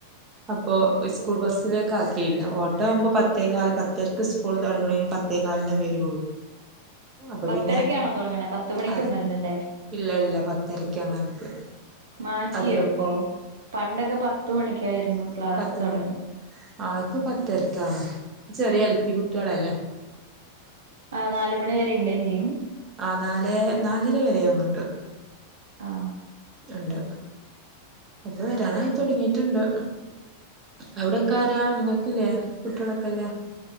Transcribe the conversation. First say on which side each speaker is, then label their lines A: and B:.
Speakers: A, on the right; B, on the right.
A: അപ്പൊ സ്കൂൾ ബസ്സിലേക്ക് ആക്കിയില്ല ഓട്ടോ ആവുമ്പോൾ പത്തേക്കാൽ പത്തരക്ക് സ്കൂൾ തുടങ്ങ്ണിന് പത് ത്തെ കാലിന് വരുള്ളൂ അപ്പൊ
B: പത്തരക്കാണോ
A: പിന്നെ
B: തുടങ്ങണത് പത്തുമണിക്കൊന്നും
A: അത്
B: അല്ല ല്ലേ
A: ഇല്ല ഇല്ല പത്തരക്കാണ് അവർക്ക്
B: മാറ്റിയോ
A: അത് കൊ
B: ഇപ്പോ പണ്ടൊക്കെ പത്ത് മണിക്കായിരുന്നു ക്ലാസ്
A: പത്തുമണി
B: തുടങ്ങ
A: ആ ഇപ്പൊ പത്തരക്കാണ് ചെറിയ എൽ പി കുട്ടികളല്ലേ
B: ആ നാല് മണി വരെ ഇണ്ടെ ചെയ്യും
A: ആ നാലേ നാലര വരെ തോന്നുന്നുണ്ട്
B: ആഹ്
A: ഇണ്ട് ഇപ്പൊ വരാനായിതുടങ്ങിയിട്ടുണ്ട് അവിടൊക്കെ ആരാ നിങ്ങക്കില്ലേ കുട്ടികളൊക്കെല്ലെ